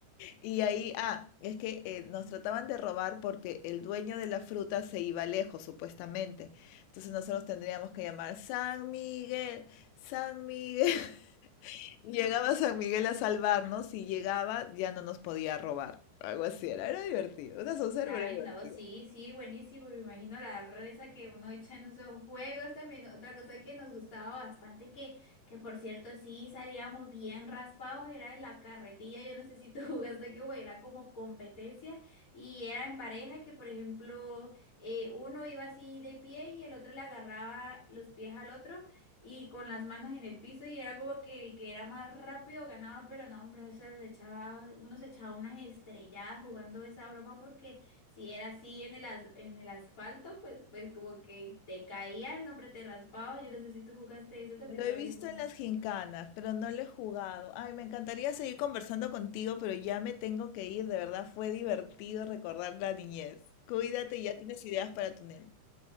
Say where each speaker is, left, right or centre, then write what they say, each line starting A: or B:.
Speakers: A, on the left; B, on the left.
A: Y ahí, ah, es que eh, nos trataban de robar porque el dueño de la fruta se iba lejos, supuestamente. Entonces nosotros tendríamos que llamar San Miguel, San Miguel. <laughs> Llegaba San Miguel a salvarnos y llegaba, ya no nos podía robar. Algo así era, era divertido, una soncera,
B: Ay,
A: pero divertido.
B: no, sí, sí, buenísimo. Me imagino la risa que uno echa en esos juegos también. Otra cosa que nos gustaba bastante, que, que por cierto, sí salíamos bien raspados, era en la carretilla. Yo no sé si tú <laughs> jugaste que era como competencia y era en pareja que, por ejemplo, eh, uno iba así de pie y el otro le agarraba los pies al otro y con las manos en el piso y era como que el que era más rápido ganaba, pero no, hombre, eso le echaba, uno se echaba unas estrelladas jugando esa broma porque si era así en el, as- en el asfalto, pues, pues como que te caía, no, hombre, te raspaba. Yo no sé si tú jugaste eso, también
A: Lo he
B: era
A: visto
B: bien bueno.
A: en las gincanas, pero no lo he jugado. Ay, me encantaría seguir conversando contigo, pero ya me tengo que ir. De verdad, fue divertido recordar la niñez. Cuídate, ya tienes ideas para tu nene.